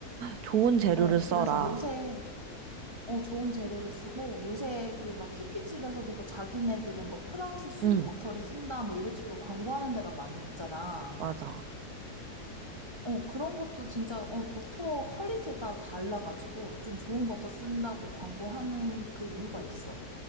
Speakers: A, on the right; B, on the right.
A: 좋은 재료를
B: 어,
A: 써라.
B: 그래서 요새 어, 좋은 재료를 쓰고 요새 그 막 쿠키집에서도 뭐 자기네들은 뭐 프랑스 수입
A: 응,
B: 버터를 쓴다 뭐 이런 식으로 광고하는 데가 많이 있잖아.
A: 맞아.
B: 어, 그런 것도 진짜 어, 버터 퀄리티에 따라 달라가지고 좀 좋은 버터 쓴다고 광고하는 그 이유가 있어.